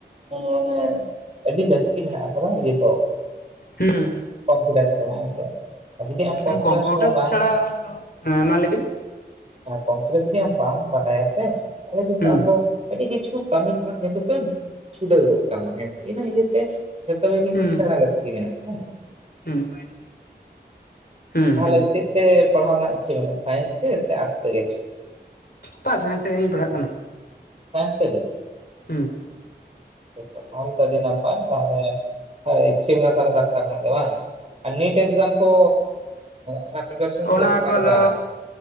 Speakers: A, on the right; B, on the left.
A: ᱢᱟᱱᱮ ᱟᱹᱰᱤ ᱞᱟᱹᱠᱛᱤ ᱢᱮᱱᱟᱜ ᱟᱠᱟᱫᱟ ᱡᱮ ᱦᱚᱛᱚ
B: ᱦᱩᱸ
A: ᱠᱚᱢᱯᱤᱭᱩᱴᱟᱨ ᱥᱮᱬᱟ ᱦᱮᱸ ᱥᱮ ᱟᱨ ᱡᱩᱫᱤ ᱟᱢ ᱠᱚᱢᱯᱤᱭᱩᱴᱟᱨ
B: ᱦᱩᱸ
A: ᱥᱮᱬᱟ ᱵᱟᱢ
B: ᱪᱷᱟᱲᱟ ᱛᱚ ᱦᱮᱸ ᱢᱟ ᱞᱟᱹᱭ ᱵᱤᱱ
A: ᱠᱚᱢᱯᱤᱭᱩᱴᱟᱨ ᱡᱩᱫᱤ ᱟᱢ ᱵᱟᱢ ᱵᱟᱲᱟᱭᱟ ᱥᱮ ᱛᱟᱦᱞᱮ ᱡᱮ
B: ᱦᱩᱸ
A: ᱟᱢ ᱫᱚ ᱟᱹᱰᱤ ᱠᱤᱪᱷᱩ ᱠᱟᱹᱢᱤ ᱠᱷᱚᱱᱟᱜ ᱠᱤᱱᱛᱩ ᱯᱮ ᱪᱷᱩᱰᱟᱹᱨᱚᱜ ᱠᱟᱱᱟ ᱦᱮᱸᱥᱮ ᱤᱱᱟᱹ ᱤᱭᱟᱹᱛᱮ ᱡᱚᱛᱚ ᱜᱮ
B: ᱦᱩᱸ
A: ᱥᱮᱬᱟ ᱞᱟᱹᱠᱛᱤ ᱢᱮᱱᱟᱜᱼᱟ ᱦᱮᱸ
B: ᱦᱩᱸ ᱦᱩᱸ
A: ᱛᱟᱦᱚᱞᱮ
B: ᱦᱩᱸ
A: ᱪᱮᱫ ᱛᱮ ᱯᱟᱲᱦᱟᱣ ᱨᱮᱱᱟᱜ ᱤᱪᱷᱟᱹ ᱢᱮᱱᱟᱜᱼᱟ ᱥᱟᱭᱮᱱᱥ ᱛᱮ ᱥᱮ ᱟᱨᱴᱥ ᱛᱮᱜᱮ
B: ᱵᱟᱝ ᱥᱟᱭᱮᱱᱥ ᱛᱮ ᱜᱮᱞᱤᱧ ᱯᱟᱲᱦᱟᱜ ᱠᱟᱱᱟ
A: ᱥᱟᱭᱮᱱᱥ ᱛᱮ ᱜᱮ
B: ᱦᱩᱸ
A: ᱟᱪᱷᱟ ᱛᱟᱦᱚᱞᱮ ᱛᱚ ᱟᱹᱰᱤ ᱱᱟᱯᱟᱭ ᱛᱟᱦᱚᱞᱮ ᱤᱪᱪᱷᱟᱹ ᱢᱮᱱᱟᱜ ᱟ ᱛᱟᱢᱟ ᱫᱟᱠᱛᱟᱨ ᱨᱮᱱᱟᱜ ᱜᱮ ᱵᱟᱝ ᱱᱮᱴ ᱤᱠᱡᱟᱢ ᱠᱚ ᱚᱱᱟ ᱯᱤᱯᱟᱨᱮᱥᱚᱱ
B: ᱚᱱᱟ
A: ᱠᱚ ᱚᱠᱟ
B: ᱠᱚᱫᱚ
A: ᱞᱮᱠᱟ